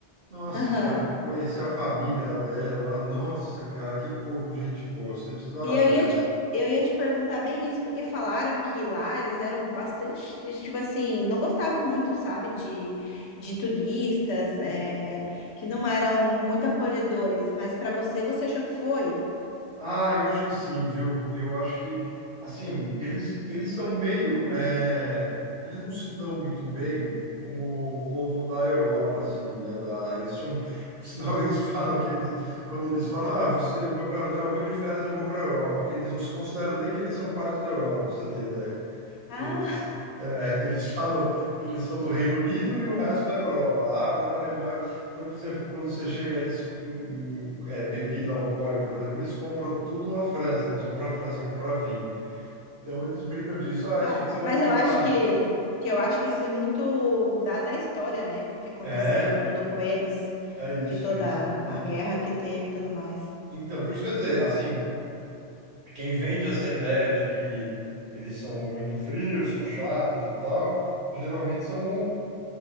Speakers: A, on the right; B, on the left.
A: nossa
B: aham.
A: senhora, conheci a família dela, nossa, cara, que povo gente boa, você precisava
B: E eu
A: ver
B: ia
A: essa.
B: te, eu ia te perguntar bem isso, porque falaram que lá eles eram bastante, tipo assim, não gostavam muito, sabe, de, de turistas, é, que não eram muito acolhedores, mas para você, você achou que foi?
A: Ah, eu acho que sim, viu? Eu acho que, assim, eles, eles são meio, é, eles não se dão muito bem com o povo da Europa, assim, né? Da, eles são, por sinal, <laughs> eles falam que eles, quando eles falam, ah, você vai para onde? Ah, Eu vou de férias, eu vou para a Europa, que eles não se consideram nem que eles são parte da Europa, para você ter ideia.
B: Ah,
A: Eles, é, <laughs> eles falam que eles são do Reino Unido e o resto da Europa. Lá, ah, vou para a Alemanha. Então, por exemplo, quando você chega, eles hum, hum, é, bebida alcoólica, por exemplo, eles compram tudo na França. Eles vão para a França comprar vinho. Então, eles brincam disso.
B: <laughs>
A: Ah,
B: ah,
A: esse fim de semana
B: mas
A: eu vou
B: eu acho
A: para.
B: que, que eu acho que isso é muito dado à história, né? Que aconteceu
A: É,
B: tudo com eles,
A: é isso,
B: de toda
A: é exatamente.
B: a guerra que teve e tudo mais.
A: Então, por isso que eu ia dizer, assim, quem vende essa ideia de que eles são muito frios, são chatos e tal, geralmente são